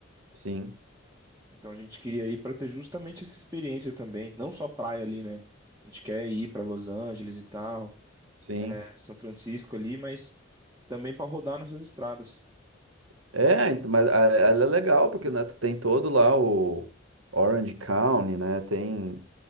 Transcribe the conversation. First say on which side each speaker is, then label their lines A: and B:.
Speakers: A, on the right (about 90°); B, on the right (about 15°).
A: Sim,
B: Então a gente queria ir para ter justamente essa experiência também, não só praia ali, né? A gente quer ir para Los Angeles e tal,
A: sim.
B: é, São Francisco ali, mas também para rodar nessas estradas.
A: É, então, mas a- ela é legal porque né, tu tem todo lá o Orange County, né? Tem,